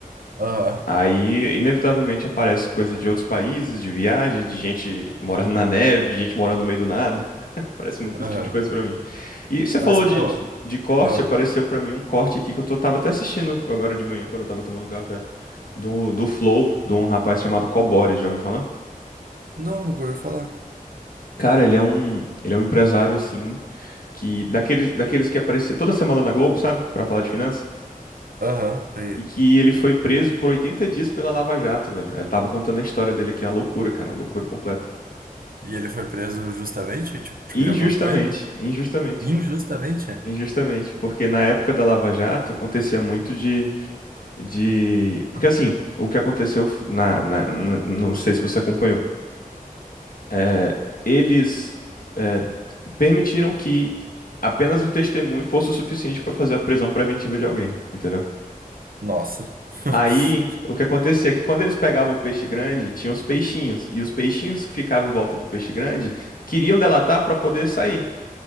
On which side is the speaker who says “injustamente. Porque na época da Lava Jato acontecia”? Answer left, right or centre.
Left